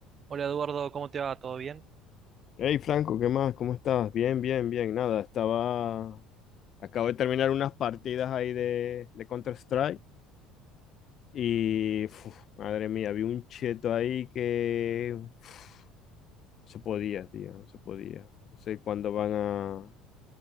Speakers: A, on the right; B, on the left.
A: Hola Eduardo, ¿cómo te va? ¿Todo bien?
B: Hey Franco, ¿qué más? ¿Cómo estás? Bien, bien, bien. Nada, estaba. Acabo de terminar unas partidas ahí de, de Counter-Strike y. uf, madre mía, vi un cheto ahí que. uf, no se podía, tío, no se podía. No sé cuándo van a,